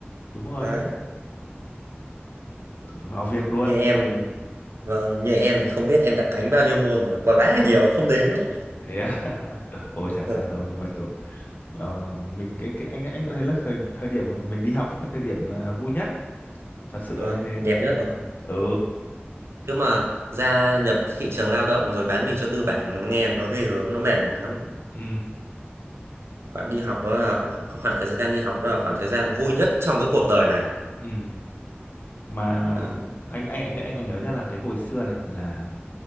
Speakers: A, on the left; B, on the right.
A: đúng rồi
B: đấy
A: vào việc luôn
B: như em vâng như em thì không biết em đã cánh bao nhiêu môn rồi quá là nhiều không đếm nổi
A: thế à? <laughs> ôi chả sao
B: Vâng,
A: đâu nhưng mà kiểu ờ, mình cái cái anh anh vẫn thấy là thời thời điểm mà mình đi học vẫn là thời điểm là vui nhất thật sự
B: vâng,
A: là như thế
B: đẹp nhất
A: đúng không
B: rồi.
A: ừ
B: chứ mà gia nhập thị trường lao động rồi bán mình cho tư bản nghe nó ghê gớm nó mệt mỏi lắm ấy.
A: ừ
B: khoảng đi học đó là cái khoảng thời gian đi học đó là khoảng thời gian vui nhất trong cái cuộc đời này
A: ừ mà
B: đấy
A: anh anh anh anh còn nhớ nha là cái hồi xưa này là